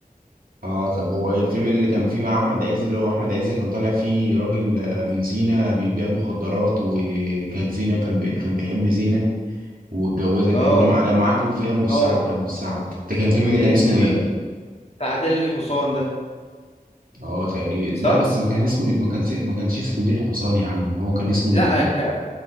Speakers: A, on the right; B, on the left.
A: اه طب هو ايه الفيلم اللي كان فيه مع احمد عز اللي هو احمد عز كان طالع فيه راجل آه، من سينا بيبيع مخدرات وكانت زينة كان بي... كان بيحب زينة واتجوزها تقريبا
B: اه
A: لما لما قعد يقول فيه يا ام السعد
B: اه
A: يا ام السعد ده كان الفيلم ده
B: الفيلم
A: كان اسمه ايه
B: ال- بتاع عادل الحصان ده
A: اه تقريبا
B: صح؟
A: لا بس ما كان اسمه ما كان ما كانش اسمه نيل الحصان يا عم هو كان اسمه
B: لا ك...